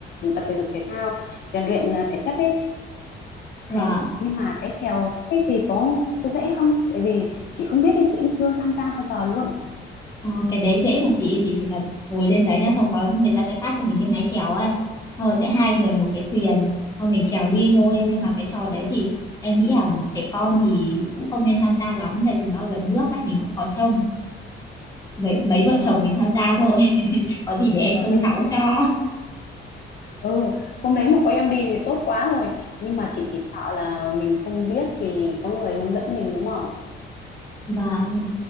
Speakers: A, on the left; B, on the left.
A: tập thể dục thể thao rèn luyện à, thể chất ấy Hay.
B: và
A: Nhưng mà cái chèo sắp thì có có dễ không? Tại vì chị không biết đi, chị cũng chưa tham gia bao giờ luôn.
B: Ờ, cái đấy dễ mà chị chị chỉ cần ngồi lên đấy nhá xong có người ta sẽ phát cho mình cái mái chèo ấy xong rồi sẽ hai người một cái thuyền xong mình chèo đi thôi nhưng mà cái trò đấy thì em nghĩ là trẻ con thì cũng không nên tham gia lắm tại vì nó gần nước ấy mình cũng khó trông vậy mấy vợ
A: Ờ,
B: chồng mình tham gia thôi <laughs> có gì để em
A: ờ,
B: trông
A: vậy
B: cháu
A: thì thôi.
B: cho
A: Ừ, hôm đấy mà có em đi thì tốt quá rồi. Nhưng mà chị chỉ sợ là mình không biết thì có người hướng dẫn mình đúng không?
B: Vâng,